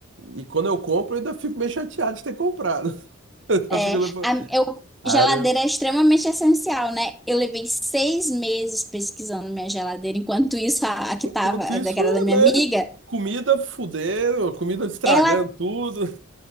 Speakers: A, on the right; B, in the centre.
A: e quando eu compro, eu ainda fico meio chateado de ter comprado. <laughs> Eu
B: É,
A: fico lá falando,
B: a, eu,
A: cara,
B: geladeira é extremamente essencial, né? Eu levei seis meses pesquisando minha geladeira, enquanto isso, a, a que
A: enquanto
B: tava, a
A: isso,
B: da- que era da minha
A: né?
B: amiga,
A: Comida fudendo, comida estragando
B: ela
A: tudo.